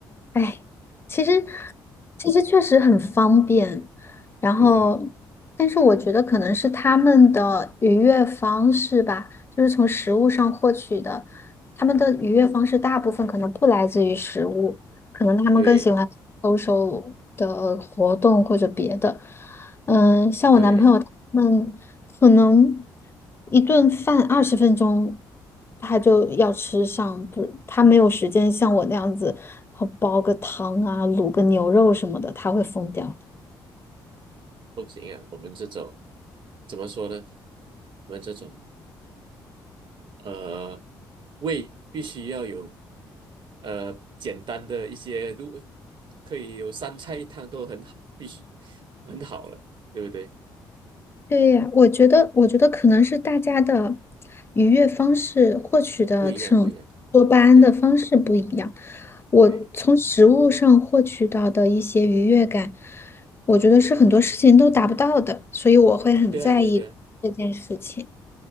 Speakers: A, on the left; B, on the right.
A: 哎，其实其实确实很方便，然后，
B: 嗯，
A: 但是我觉得可能是他们的愉悦方式吧，就是从食物上获取的，他们的愉悦方式大部分可能不来自于食物，可能他们更喜欢
B: 对
A: s o 的活动或者别的。嗯、像我男朋友他们可能
B: 对，
A: 一顿饭二十分钟他就要吃上，不，他没有时间像我那样子，呃煲个汤啊，卤个牛肉什么的，他会疯掉。
B: 不行啊，我们这种怎么说呢？我们这种。呃，胃必须要有呃简单的一些，如果可以有三菜一汤都很好，必须很好了，对不对？
A: 对呀，我觉得，我觉得可能是大家的愉悦方式、获取的这种多巴胺的方式不一样。
B: 不一样，不一样，对
A: 我从食物上获取到的一些愉悦感，
B: 对
A: 我觉得是很多事情都达不到的，所以我会很在意这件事情。
B: 对啊，对啊，对啊，